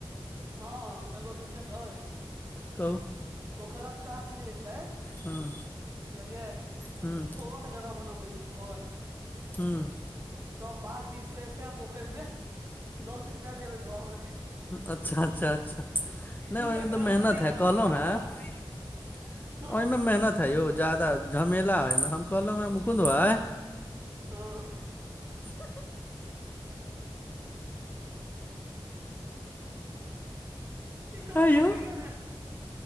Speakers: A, on the right; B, on the left.
A: हँ एगो बिजनेस अइ।
B: कहु।
A: पोखरिक कात मे जे छै बुझलियै
B: ह्म ह्म
A: धो जगह बनाबै छी धोआ के
B: हुं।
A: सब बाध दीस से एते पोखरि मे दस रुपआ लेबै तऽ धोआबऽ के
B: अच्छा अच्छा अच्छा। नहि
A: दूटा
B: ओहिमे
A: कर्मचारी
B: तऽ मेहनत
A: राखब
B: हैत कहलहु
A: धोआ
B: हें
A: वला हँ
B: ओहिमे मेहनत यौ जादा झमेला अइ हम कहलहुॅं हे मुकुंद भाय
A: हँ। की कहलौं
B: कहियौ,
A: ने